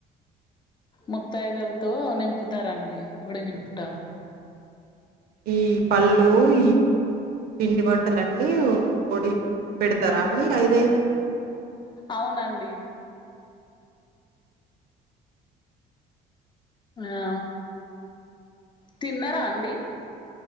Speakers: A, on the left (about 25°); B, on the right (about 65°).
A: ముత్తయిదులతో నింపుతారండి ఒడి నింపుట
B: ఈ పళ్ళు ఈ పిండి వంటల అన్నీ పొడి పెడతారా అన్ని ఐదఐదు
A: అవునండి ఆ తిన్నర అండి